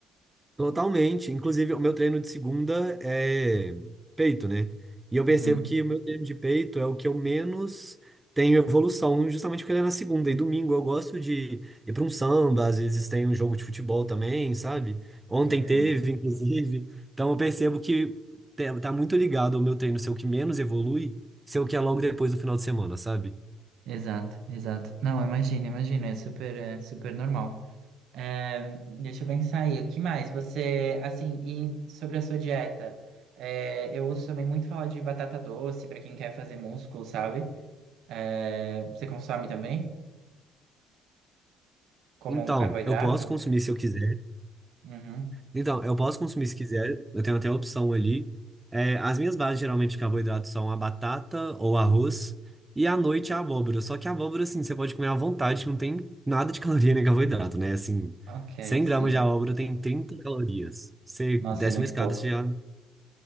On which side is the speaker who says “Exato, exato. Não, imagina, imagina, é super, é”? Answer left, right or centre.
Right